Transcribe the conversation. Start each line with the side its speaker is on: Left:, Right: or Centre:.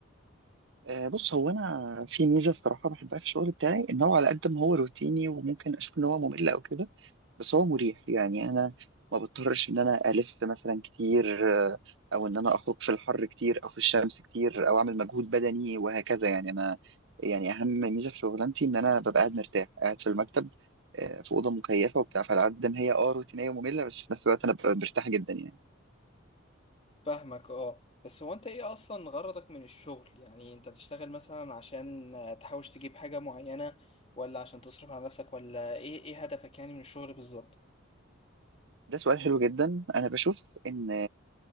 Right: آه، بص هو انا في ميزه الصراحه بحبها في الشغل بتاعي ان هو على قد ما هو روتيني وممكن اشوف ان هو ممل او كده بس هو مريح يعني انا ما بضطرش ان انا الف مثلا كتير آه، او ان انا اخرج في الحر كتير او في الشمس كتير او اعمل مجهود بدني وهكذا يعني انا يعني اهم ميزه في شغلانتي ان انا ببقى قاعد مرتاح قاعد في المكتب آه، في اوضه مكيفه وبتاع فعلى قد ما هي اه روتينيه وممله بس في نفس الوقت انا ببقى مرتاح جدا يعني
Left: فاهمك اه بس هو انت ايه اصلا غرضك من الشغل يعني انت بتشتغل مثلا عشان تحوش تجيب حاجة معينة ولا عشان تصرف على نفسك ولا ايه ايه هدفك يعني من الشغل بالظبط
Right: ده سؤال حلو جدا انا بشوف ان